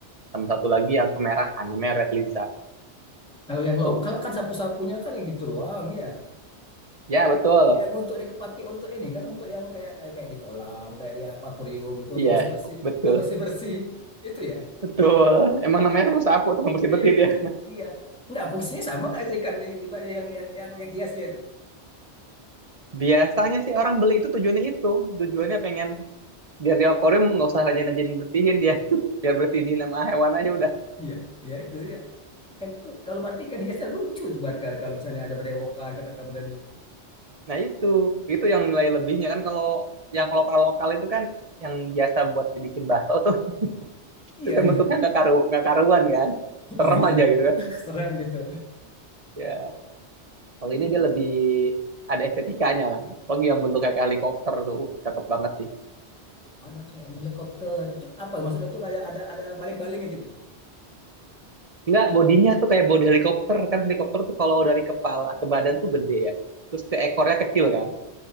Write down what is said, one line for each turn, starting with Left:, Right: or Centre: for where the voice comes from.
Right: sama satu lagi yang kemerahan namanya Red Lizard
Centre: kalau yang
Right: tuh
Centre: lokal kan sapu-sapunya kan yang gitu doang ya
Right: ya betul
Centre: yang untuk dipakai untuk ini kan untuk yang kayak kayak kayak di kolam kayak di apa akuarium itu untuk
Right: iya
Centre: bersih-bersih
Right: betul
Centre: itu bersih-bersih itu ya
Right: betul emang namanya sapu-sapu teman bersih-bersih
Centre: eh,
Right: dia
Centre: <clears throat> <laughs> iya nggak fungsinya sama nggak itu ikan yang yang yang yang hiasnya itu
Right: biasanya sih orang beli itu tujuannya itu tujuannya pengen biar di akuarium nggak usah rajin-rajin bersihin dia <laughs> biar bersihin nama hewan aja udah
Centre: iya ya itu ya ikan itu kalau berarti ikan hiasnya lucu tuh buat kalau kalau misalnya ada berewokan kata kamu tadi
Right: nah itu itu yang nilai lebihnya kan kalau yang lokal-lokal itu kan yang biasa buat dibikin bakso tuh
Centre: iya
Right: itu kan
Centre: iya
Right: bentuknya nggak karu nggak karuan kan
Centre: iya
Right: serem
Centre: iya
Right: aja gitu
Centre: <laughs>
Right: kan
Centre: serem gitu
Right: ya Kalau
Centre: Hmm,
Right: ini dia lebih ada estetikanya lah. Apalagi yang bentuknya kayak helikopter tuh, uh, cakep banget sih.
Centre: ada kayak yang helikopter itu apa maksudnya itu kayak ada ada baling-balingnya gitu
Right: Enggak, bodinya tuh kayak bodi helikopter. Kan helikopter tuh kalau dari kepala ke badan tuh gede ya. Terus ke ekornya kecil kan.